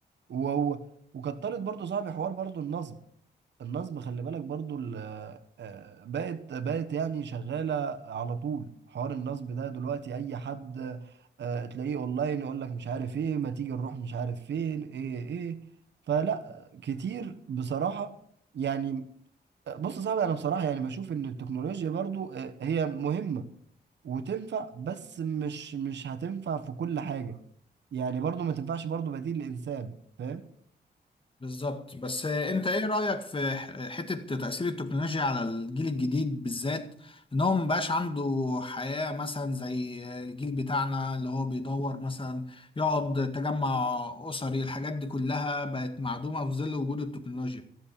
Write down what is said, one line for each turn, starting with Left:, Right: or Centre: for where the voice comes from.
Right: و... و- وكترت برضو صاحبي حوار برضو النصب النصب خلي بالك برضو ال... آه، بقت بقت يعني شغالة على طول حوار النصب ده دلوقتي أي حد آه، تلاقيه أونلاين يقول لك مش عارف إيه ما تيجي نروح مش عارف فين إيه إيه فلا كتير بصراحة يعني بص صعب أنا بصراحة يعني بشوف إن التكنولوجيا برضو آه، هي مهمة وتنفع بس مش مش هتنفع في كل حاجة يعني برضو ما تنفعش برضو بديل الإنسان فاهم
Left: بالظبط بس انت ايه رأيك في ح- حتة تأثير التكنولوجيا على الجيل الجديد بالذات ان هو مبقاش عنده حياة مثلا زي الجيل بتاعنا اللي هو بيدور مثلا يقعد تجمع أسري الحاجات دي كلها بقت معدومة في ظل وجود التكنولوجيا